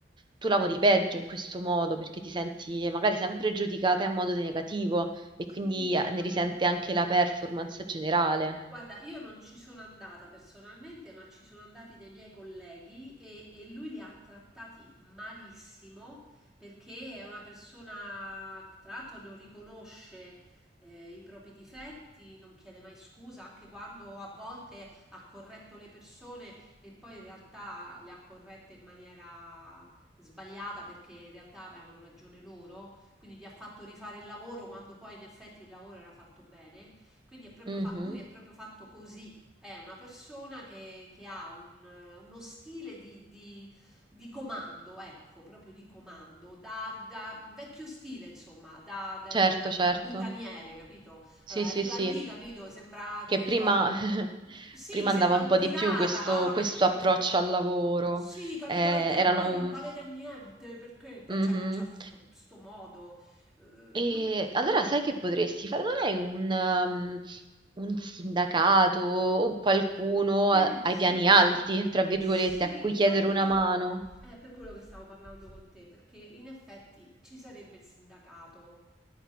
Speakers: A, on the right (about 25°); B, in the centre.
A: tu lavori peggio in questo modo perché ti senti magari sempre giudicata in modo negativo e quindi
B: Sì,
A: eh,
B: ma-
A: ne risente anche la performance generale.
B: guarda, io non ci sono andata personalmente, ma ci sono andati dei miei colleghi e, e lui li ha trattati malissimo perché è una persona, tra l'altro, non riconosce eh, i propri difetti, non chiede mai scusa, anche quando a volte ha corretto le persone e poi in realtà le ha corrette in maniera sbagliata perché in realtà avevano ragione loro, quindi gli ha fatto rifare il lavoro quando poi in effetti il lavoro era fatto bene. Quindi è proprio
A: Mhm.
B: fa- lui è proprio fatto così. È una persona che, che ha un, eh, uno stile di, di- di comando, ecco, proprio di comando, da, da vecchio stile, insomma, da, da-
A: Certo,
B: da- da-
A: certo.
B: da bucaniere, capito?
A: Sì,
B: Eh, arriva
A: sì, sì.
B: lì, Sì, capito? Sembra, che
A: Che
B: ne
A: prima,
B: che so, prima
A: <laughs>
B: sì,
A: prima
B: sembra
A: andava un
B: un
A: po'
B: andava come
A: di
B: se
A: più
B: pirata.
A: questo,
B: Ah, fosse
A: questo
B: un perché
A: approccio
B: voi... sciamano.
A: al lavoro.
B: Sì, capito?
A: Eh,
B: Perché
A: erano...
B: voi non valete niente, perché... Poi
A: Mhm.
B: C'è c'è sto, sto modo... eh, Sì.
A: E
B: no,
A: allora
B: boh.
A: sai che potresti fare? Non hai un, um, un sindacato o qualcuno
B: Eh,
A: a- ai
B: sì,
A: piani alti,
B: sì.
A: tra virgolette,
B: Sì,
A: a cui
B: infatti
A: chiedere una
B: io
A: mano?
B: è per quello che stavo parlando con te, perché in effetti ci sarebbe il sindacato